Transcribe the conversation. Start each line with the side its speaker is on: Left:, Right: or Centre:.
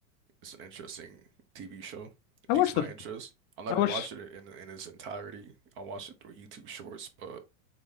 Right: it's an interesting TV show. It
Left: I
Right: piques
Left: watched
Right: my
Left: the.
Right: interest. I'll never
Left: I watched.
Right: watch it in in its entirety. I'll watch it through YouTube shorts, but